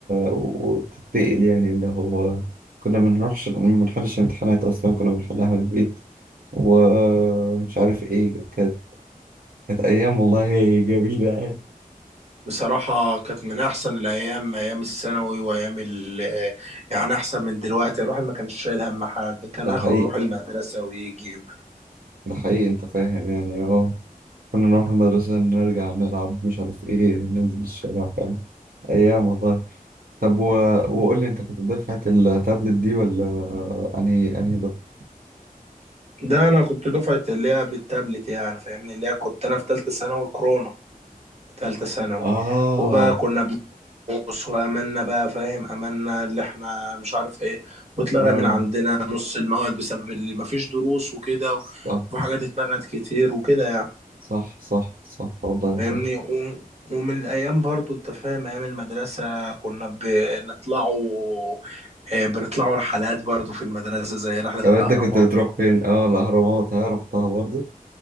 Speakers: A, on the right (about 70°); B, on the right (about 45°).
A: وتتقل يعني اللي هو كنا بنروحش ما بنحلش امتحانات أصلا كنا بنحلها من البيت ومش عارف ايه كانت كانت أيام والله جميلة يعني
B: بصراحه كانت من احسن الايام ايام الثانوي وايام ال يعني احسن من دلوقتي الواحد ما كانش شايل هم حاجه كان
A: ده
B: اخره
A: حقيقي
B: يروح المدرسه ويجي
A: ده حقيقي أنت فاهم يعني اه كنا نروح المدرسة نرجع نلعب مش عارف ايه ننزل الشارع فاهم أيام والله طب و... وقول لي أنت كنت دفعة التابلت دي ولا أنهي أنهي دفعة؟
B: ده انا كنت دفعه اللي هي قبل التابلت يعني فاهمني اللي هي كنت انا في ثالثه ثانوي كورونا ثالثه ثانوي
A: آه
B: وبقى كنا بنقص واملنا بقى فاهم املنا اللي احنا مش عارف ايه واتلغى
A: آه
B: من عندنا نص المواد بسبب اللي مفيش دروس وكده و-
A: صح
B: وفي حاجات اتلغت كتير وكده يعني
A: صح صح صح والله
B: فاهمني
A: صح
B: و- ومن الايام برضو انت فاهم ايام المدرسه كنا بنطلعوا آه، بنطلعوا رحلات برضو في المدرسه زي رحله
A: طب
B: الاهرامات
A: انت كنت بتروح فين؟ اه الاهرامات ها رحتها برضو؟